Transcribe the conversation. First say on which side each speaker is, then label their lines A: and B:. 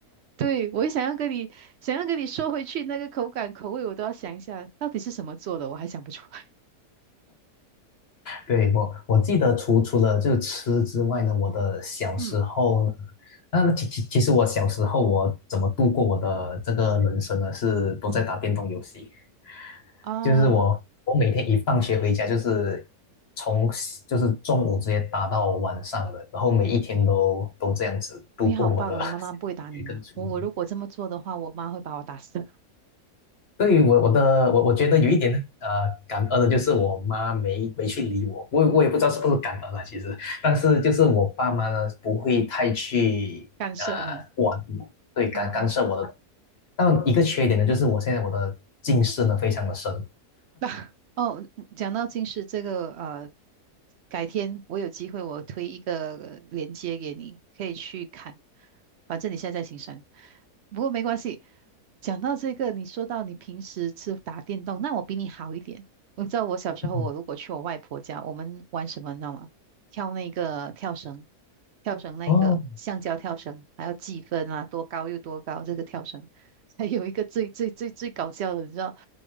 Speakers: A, on the right (about 80°); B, on the left (about 45°).
A: 对，我也想要跟你，想要跟你说回去那个口感、口味，我都要想一下到底是什么做的，我还想不出来。
B: 对，我我记得除除了就吃之外呢，我的小时候呢，
A: <laughs> 嗯
B: 那其其其实我小时候我怎么度过我的这个人生呢？是都在打电动游戏，
A: 嗯。啊，
B: 就是我我每天一放学回家就是从就是中午直接打到晚上的，然后每一天都都这样子度过我的
A: 你好棒哦！你妈妈不会打你吗？
B: <laughs> 小学跟初中。
A: 我我如果这么做的话，我妈会把我打死，<laughs>
B: 对我我的我我觉得有一点呢，呃感恩的，就是我妈没没去理我，我也我也不知道是不是感恩啊，其实，但是就是我爸妈呢不会太去呃
A: 干涉你
B: 管我，对干干涉我的。
A: 啊。
B: 但一个缺点呢，就是我现在我的近视呢非常的深。
A: <laughs> 哦，嗯讲到近视这个，呃，改天我有机会我推一个链接给你，可以去看。反正你现在在行山，不过没关系。讲到这个，你说到你平时是打电动，那我比你好一点。你知道我小时候，
B: 嗯
A: 我如果去我外婆家，我们玩什么，你知道吗？跳那个跳绳，跳绳那个橡胶跳绳，
B: 哦，
A: 还要计分啊，多高又多高，这个跳绳。<laughs> 还有一个最最最最搞笑的，你知道？